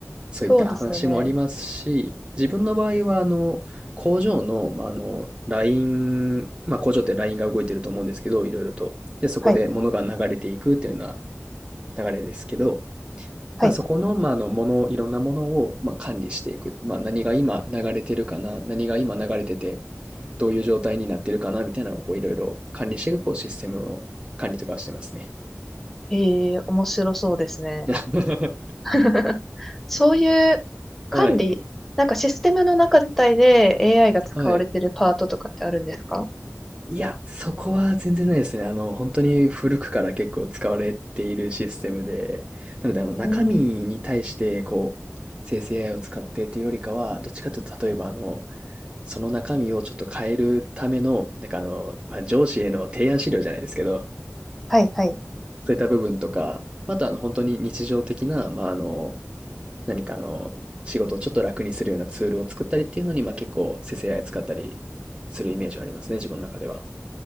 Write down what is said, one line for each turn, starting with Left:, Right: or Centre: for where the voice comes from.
Right: そういった話もありますし、
Centre: そうですよね。
Right: 自分の場合は、あの、工場の、まあ、あの、ライン、まあ、工場ってラインが動いてると思うんですけど、いろいろと。で、そこで物が流れていくっていうような
Centre: はい。
Right: 流れですけど、
Centre: はい。
Right: まあ、そこの、まあ、あの、もの、いろんなものを、まあ、管理していく。まあ、何が今流れてるかな、何が今流れてて、どういう状態になってるかな、みたいなのを、こう、いろいろ管理していく、こう、システムの管理とかをしてますね。
Centre: ええ、面白そうですね。
Right: <laughs>
Centre: <laughs> そういう管理、
Right: はい。
Centre: なんかシステムの中自体で AI が使われてるパートとかってあるんですか
Right: はい。いや、そこは全然ないですね。あの、本当に古くから結構使われているシステムで、なので、あの、中身に対して、
Centre: うん。
Right: こう、生成 AI を使ってというよりかは、どっちかというと、例えば、あの、その中身をちょっと変えるための、なんかあの、まあ、上司への提案資料じゃないですけど、
Centre: はい、はい。
Right: そういった部分とか、あと、あの、本当に日常的な、まあ、あの、何かあの、仕事をちょっと楽にするようなツールを作ったりっていうのに、まあ、結構生成 AI 使ったりするイメージはありますね、自分の中では。